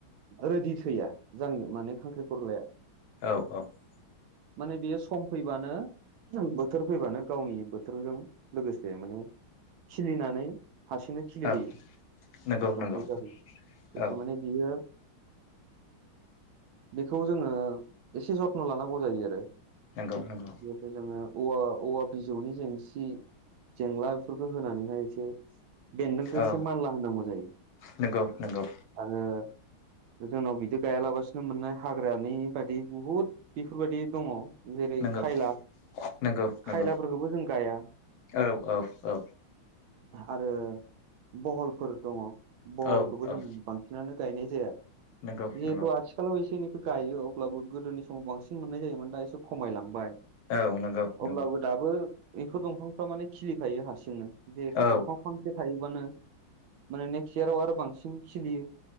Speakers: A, on the right; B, on the left.
A: रोदि थैया जां मान खांख्रि खरलाया
B: औ औ
A: माने बियो सम फैबानो बोथोर फैबानो गावनि बोथोरजों लोगोसे माने खिलिनानै हारसिंनो खिलिबोयो
B: औ नंगौ
A: दंफां
B: नंगौ
A: जायो बेथ
B: औ
A: माने बियो बेखौ जोङो एसे जथ्न लानांगौ जायो आरो
B: नंगौ नंगौ
A: <unintelligible> जोङो औवा औवा बिजौनि जेंसि जेंला बेफोरखौ होनानैहाय एसे बेन्दोंखौ एसे
B: औ
A: मानला होनांगौ जायो
B: नंगौ नंगौ
A: आरो जोंनाव बिदि गायालाबसिनो ननो मोननाय हाग्रानि बाददि बुहुद बेफोरबायाददि दङ जेरै
B: नंगौ
A: खायला
B: नंगौ नंगौ
A: खायलाफोरखौबो जों गाया
B: औ औ औ
A: आरो बहलफोर दङ बहलखौबो
B: औ
A: जों
B: औ
A: बांसिनानो गायनाय जिहेतु
B: नंगौ नंगौ
A: आथिखालाव बेखिनिखौ गायो अब्लाबो गोदोनि समाव बांसिन मोननाय जायोमोन दा एसे खमायलांबाय
B: औ नंगौ नंगौ
A: अब्लाबो दाबो बेफोर दंफांफ्रा माने खिलिखायो हारसिंनो जिहेतु
B: औ
A: दंफां फांसे थायोबानो माने नेक्स्ट इयाराव आरो बांसिन खिलियो